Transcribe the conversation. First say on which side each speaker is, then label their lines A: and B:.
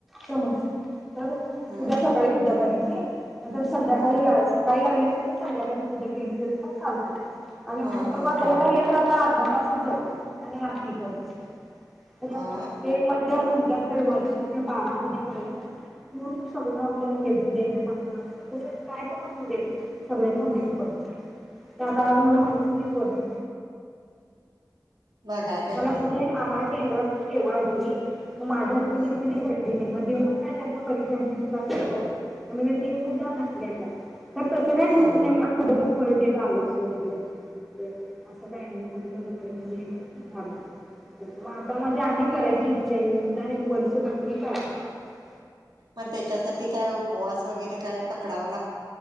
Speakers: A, in the centre; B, on the right.
A: ता ना <unintelligible> तर
B: हा
A: उद्या सकाळी पूजा <unintelligible> ह नाही तर संध्याकाळी
B: हा
A: लागेलं, सकाळी लागले- ते तर संध्याकाळची पूजा केली तरी पण चालते. आणि
B: हा
A: पुस्तक
B: हा
A: वाचायला
B: हा
A: काय येत <unintelligible> अर्धा- तासच जातय आनी आरती करून. ह
B: हा
A: म ते मध्य म्ह त्यात वर्षा किंवा बारा उद्या करायच पण सगळं आपल्या हेज देण्या पण अस त काय पण असु देत.... सगळ्यांतन बाहेर
B: ह
A: पडते. ते आता आज मला माहित - तुम्ही <unintelligible>
B: बघाय पाहिजे
A: मला म्हणजे आ <unintelligible> केंद्राची सेवा आहे ती- माझ्या <unintelligible>
B: ह
A: घडली ती मग देऊण काय त्यात ना परीक्षा घ मग मी तीन पूजा घातल्यायत्या तर तसं काय
B: हा
A: ठेवलं नाही उलट खळदीेत आला सोप दि ते असं काही नाही कोणीच्या लगाने म्हणजे झालं आता माझी आधी करायची इच्छा आहे <unintelligible>
B: मग त्याच्यासाठी काय उपवास वगैरे? काय पकडावं लाग-